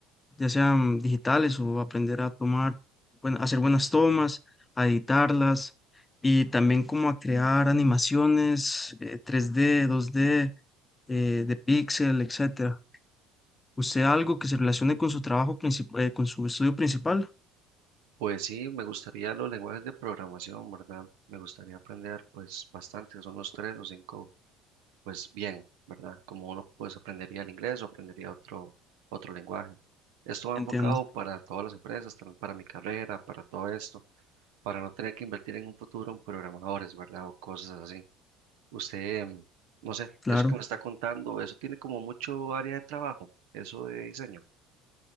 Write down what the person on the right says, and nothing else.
Pues sí, me gustaría los lenguajes de programación, ¿verdad? Me gustaría aprender pues bastante, son unos tres o cinco, pues bien, ¿verdad? Como uno pues aprendería el inglés o aprendería otro, otro lenguaje. Esto va
enfocado para todas las empresas, también para mi carrera, para todo esto. para no tener que invertir en un futuro en programadores, ¿verdad? O cosas así. Usted, em, no sé,
eso que me está contando, eso tiene como mucho área de trabajo, eso de diseño.